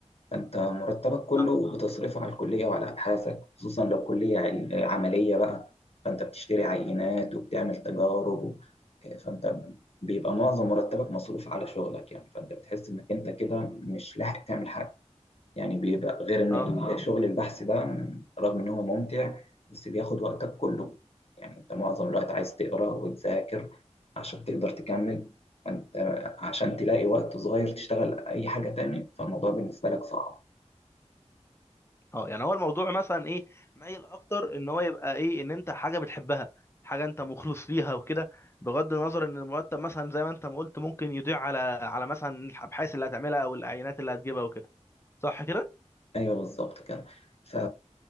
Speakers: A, on the left (about 60°); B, on the left (about 20°).
A: انت مرتبك كله
B: آه.
A: بتصرفه على الكليه وعلى ابحاثك خصوصا لو كليه عل- عمليه بقى فانت بتشتري عينات وبتعمل تجارب و- فانت بيبقى معظم مرتبك مصروف على شغلك يعني فانت بتحس انك انت كده مش لاحق تعمل حاجه يعني بيبقى غير ان
B: اه
A: شغل البحث ده رغم ان هو ممتع بس بياخد وقتك كله يعني انت معظم الوقت عايز تقرا وتذاكر عشان تقدر تكمل انت عشان تلاقي وقت صغير تشتغل اي حاجه تاني فالموضوع بالنسبه لك صعب
B: اه يعني هو الموضوع مثلا ايه مايل اكتر ان هو يبقى ايه ان انت حاجه بتحبها حاجه انت مخلص ليها وكده بغض النظر ان المرتب مثلا زي ما انت ما قلت ممكن يضيع على على مثلا الابحاث اللي هتعملها او العينات اللي هتجيبها وكده صح كده
A: ايوه بالظبط كده ف...